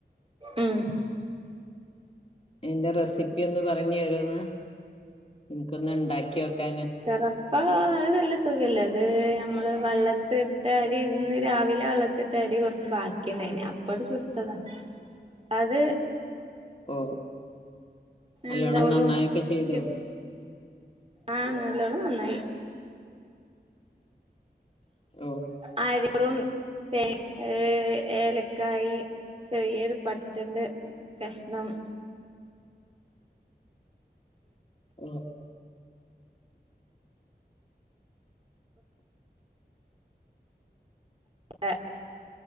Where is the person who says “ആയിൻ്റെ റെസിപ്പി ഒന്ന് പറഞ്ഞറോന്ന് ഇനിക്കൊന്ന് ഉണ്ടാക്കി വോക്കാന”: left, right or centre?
Left